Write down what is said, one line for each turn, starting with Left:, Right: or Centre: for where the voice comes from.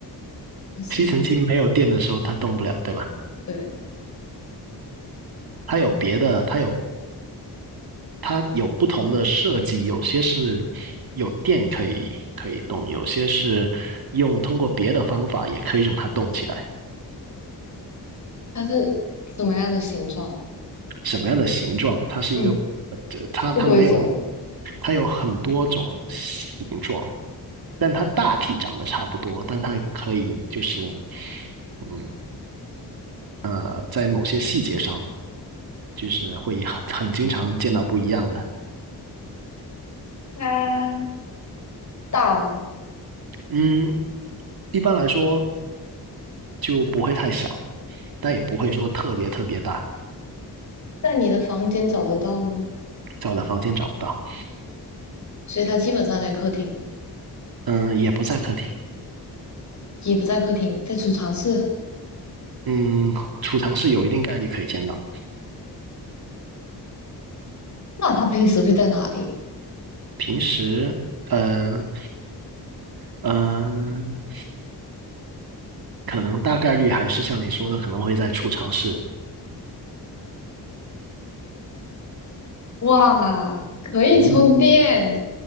Left: 不是，
Right: 吸尘器没有电的时候它动不了，对吧？
Left: 对。
Right: 它有别的，它有它有不同的设计，有些是有电可以可以动，有些是用通过别的方法也可以让它动起来。
Left: 它是什么样的形状？
Right: 什么样的形状，它是一个，
Left: 嗯，
Right: 呃它它没有，
Left: 不规则，
Right: 它有很多种形状，但它大体长得差不多，但它可以就是，嗯呃，在某些细节上，就是会很很经常见到不一样的。
Left: 它大吗？
Right: 嗯，一般来说就不会太小，但也不会说特别特别大，
Left: 在你的房间找得到吗？
Right: 在我的房间找不到。
Left: 所以它基本上在客厅，
Right: 嗯，也不在客厅。
Left: 也不在客厅，在储藏室。
Right: 嗯，储藏室有一定概率可以见到。
Left: 那它平时会在哪里？
Right: 平时，嗯。嗯，可能大概率还是像你说的，可能会在储藏室。
Left: 哇，可以充电，
Right: 嗯，